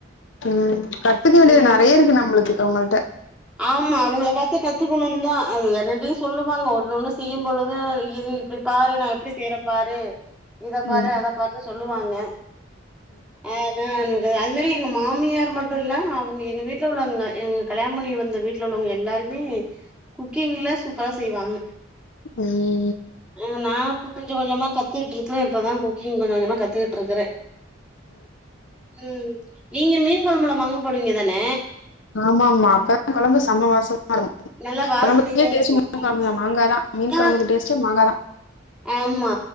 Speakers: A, on the left; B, in the centre.
A: ம் கத்துக்க வேண்டியது
B: ம்
A: நெறையா இருக்கு நம்ளுக்கு அவுங்கள்ட்ட
B: ஆமா அவுங்கள பாத்து கத்து குணுந்தா அது என்னடியு சொல்லுவாங்க ஒன்னு ஒன்னு செய்யும் பொழுது இது இப்டி பாரு நா எப்டி செய்றன் பாரு இத பாரு
A: ம்,
B: அத பா ரு சொல்லுவாங்க ஆ அது வந்து அது மாரி எங்க மாமியாரு மட் டுல்ல அவ்ங்க எங்க வீட்ல உள்ளவங்க எங்க கல்யாண் பண்ணி வந்த வீட்ல உள்ளவ்ங்க எல்லாருமே குக்கிங்குல சூப்புரா செய்வாங்க
A: ம்
B: ம் நா இப்ப கொஞ்ச கொஞ்சமா கத்துக்கிட்ருக்குறே இப்பதா குக்கிங் கொஞ்சோ கொஞ்சமா கத்துகிட்ருக்குறே ம் நீங்க மீன் கொழம்பல மாங்கா போடுவீங்க தான
A: ஆமா ஆமா அப்பதா கொழம்பு சம்ம வாசோ வரு
B: நல்லா வாசனையா
A: கொழம்புக்கே
B: இருக்கு
A: டேஸ்ட்டு மீன்
B: ஆமா
A: கொழம்புல மாங்காதா
B: சின்னவெங்
A: மீன் கொழம்புக்கு டேஸ்ட்டே மாங்காதா
B: ஆமா